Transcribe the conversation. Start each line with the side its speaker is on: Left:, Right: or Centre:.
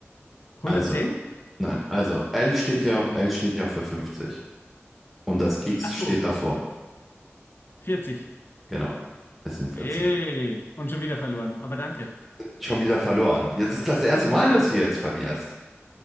Left: 110?
Centre: also, nein, also L steht ja, L steht ja für 50 und das X
Left: Ach
Centre: steht
Left: so.
Centre: davor.
Left: 40.
Centre: Genau. Es sind 40.
Left: Ey, und schon wieder verloren, aber danke.
Centre: Schon wieder verloren. Jetzt ist das erste Mal, dass du jetzt verlierst.